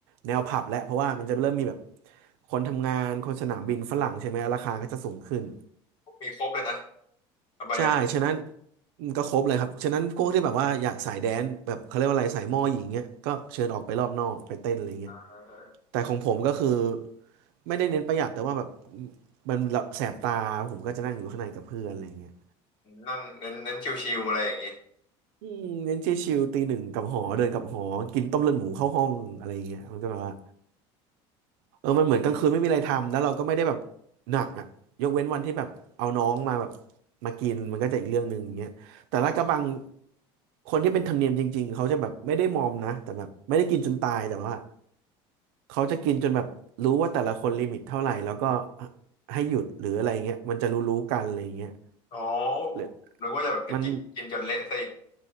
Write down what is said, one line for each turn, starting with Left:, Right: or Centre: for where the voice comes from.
Right: แนวผับแหละเพราะว่ามันจะเริ่มมีแบบคนทำงานคนสนามบินฝรั่งใช่ไหมราคาก็จะสูงขึ้น
Left: มีครบเลยนะอบายมุข
Right: ใช่ฉะนั้นก็ครบเลยครับฉะนั้นพวกที่แบบว่าอยากสายแดนซ์แบบเขาเรียกว่าอะไรสายหม้อหญิงเงี้ยก็เชิญออกไปรอบนอกไปเต้นอะไรเงี้ย
Left: เออ
Right: แต่ของผมก็คือไม่ได้เน้นประหยัดแต่ว่าแบบมันแบบแสบตาผมก็จะนั่งอยู่ข้างในกับเพื่อนอะไรเงี้ย
Left: นั่งเน้นเน้นชิวๆอะไรอย่างนี้
Right: อืมเน้นชิลๆตีหนึ่งกลับหอเดินกลับหอกินต้มเลือดหมูเข้าห้องอะไรอย่างเงี้ยมันก็แบบว่าเออมันเหมือนกลางคืนไม่มีอะไรทำแล้วเราก็ไม่ได้แบบหนักอ่ะยกเว้นวันที่แบบเอาน้องมาแบบมากินมันก็จะอีกเรื่องหนึ่งอย่างเงี้ยแต่ลาดกระบังคนที่เป็นธรรมเนียมจริงๆเขาจะแบบไม่ได้มอมนะแต่แบบไม่ได้กินจนตายแต่ว่าเขาจะกินจนแบบรู้ว่าแต่ละคนลิมิตเท่าไหร่แล้วก็ให้หยุดหรืออะไรเงี้ยมันจะรู้ๆกันอะไรเงี้ย
Left: อ๋อ
Right: หรือ
Left: นึกว่าจะแบบไปกินกินจนเละซะอีก
Right: มัน